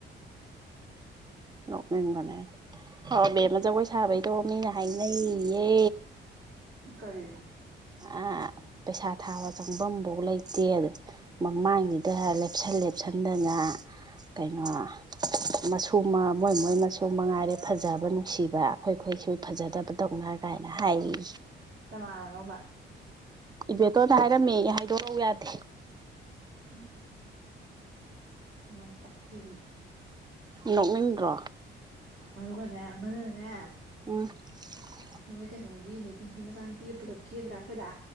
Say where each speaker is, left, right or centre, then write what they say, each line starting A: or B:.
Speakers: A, on the right; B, on the right.
A: ꯅꯣꯛꯅꯤꯡꯕꯅ ꯑꯩꯗꯤ ꯑꯣꯕꯦꯝꯃ ꯖꯒꯣꯏ ꯁꯥꯕꯩꯗꯣ ꯃꯤꯅ ꯍꯥꯏꯅꯩꯌꯦ
B: ꯀꯔꯤ
A: ꯑꯥ ꯄꯩꯁꯥ ꯊꯥꯕ ꯆꯪꯐꯝꯐꯧ ꯂꯩꯇꯦ ꯑꯗ ꯃꯃꯥꯡꯁꯤꯗ ꯂꯦꯞꯁꯟ ꯂꯦꯞꯁꯟꯗꯅ ꯀꯩꯅꯣ ꯃꯁꯨꯨ ꯃꯣꯏ ꯃꯣꯏ ꯃꯁꯨ ꯃꯉꯥꯏꯔꯦ ꯐꯖꯕ ꯅꯨꯡꯁꯤꯕ ꯑꯩꯈꯣꯏꯈꯣꯏꯁꯨ ꯐꯖꯗꯕꯗꯧꯅ ꯀꯥꯏꯅ ꯍꯥꯏ ꯏ
B: ꯀꯅꯥꯅꯅꯣꯕ
A: ꯏꯕꯦꯇꯣꯟꯅ ꯍꯥꯏꯔꯝꯃꯦ ꯍꯥꯏꯗꯣꯔꯎ ꯌꯥꯗꯦ
B: ꯎꯝ ꯌꯥꯝ ꯄꯛꯇꯦꯍꯦ
A: ꯅꯣꯛꯅꯤꯡꯗ꯭ꯔꯣ
B: ꯑꯗꯨꯒꯅꯦ ꯑꯃꯅꯅꯦ
A: <unintelligible>
B: ꯃꯣꯏ ꯀꯩꯅꯣꯒꯤ ꯅꯦ ꯄꯤꯡꯀꯤ ꯃꯆꯥꯅꯨꯄꯤꯒ ꯄꯨꯂꯞ ꯀꯦꯗ꯭ꯔꯥ ꯑꯩꯈꯣꯏꯗ